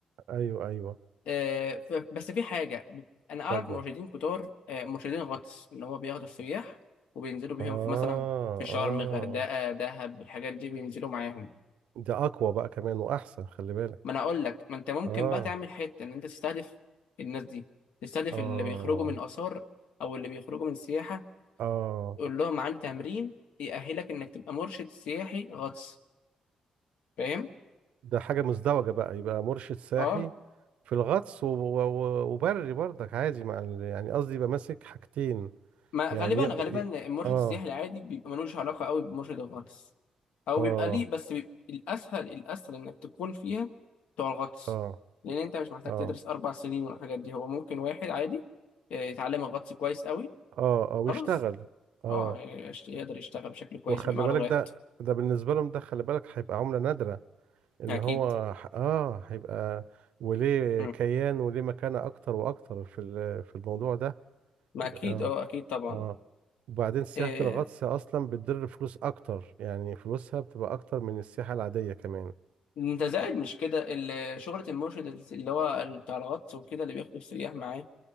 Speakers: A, on the right (about 85°); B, on the left (about 75°).
A: ايوه ايوه
B: آه ف- بس في حاجه انا اعرف
A: اتفضل
B: مرشدين كتار آه مرشدين غطس اللي هو بياخدوا السياح وبينزلوا بيهم
A: اه
B: في مثلا في شرم
A: اه
B: غردقه دهب الحاجات دي بينزلوا معاهم
A: ده اقوى بقى كمان واحسن خلي بالك
B: ما انا اقول لك ما انت ممكن
A: اه
B: بقى تعمل حته ان انت تستهدف الناس دي تستهدف
A: اه
B: اللي بيخرجوا من اثار او اللي بيخرجوا من سياحه
A: اه
B: قول لهم عندي تمرين يأهلك انك تبقى مرشد سياحي غطس فاهم
A: ده حاجة مزدوجة بقى يبقى مرشد ساحي
B: اه
A: في الغطس و- و- وبري برضك عادي مع ال... يعني قصدي يبقى ماسك حاجتين
B: ما
A: يعني
B: غالبا
A: يقدر
B: غالبا
A: ي...
B: المرشد
A: اه
B: السياحي العادي بيبقى ملوش علاقة قوي بمرشد الغطس او
A: اه
B: بيبقى ليه بس بيبقى الاسهل الاسهل انك تكون فيها بتوع الغطس
A: اه
B: لان انت مش محتاج
A: اه
B: تدرس اربع سنين والحاجات دي هو ممكن واحد عادي آه، يتعلم الغطس كويس قوي
A: اه اه ويشتغل
B: خلاص
A: اه
B: اه يعني يشت- يقدر يشتغل بشكل كويس
A: وخلي
B: ويبقى
A: بالك
B: معاه لغات
A: ده ده بالنسبة لهم ده خلي بالك هيبقى عملة نادرة ان
B: اكيد
A: هو ح- اه هيبقى وليه
B: مم.
A: كيان وليه مكانة اكتر واكتر في ال- في الموضوع ده
B: ما اكيد
A: اه
B: اه اكيد طبعا
A: اه وبعدين سياحة
B: آه،
A: الغطس اصلا بتدر فلوس اكتر يعني فلوسها بتبقى اكتر من السياحة العادية كمان
B: انت زائد مش كده ال- شهرة المرشد اللي هو بتاع الغطس وكده اللي بياخد السياح معاه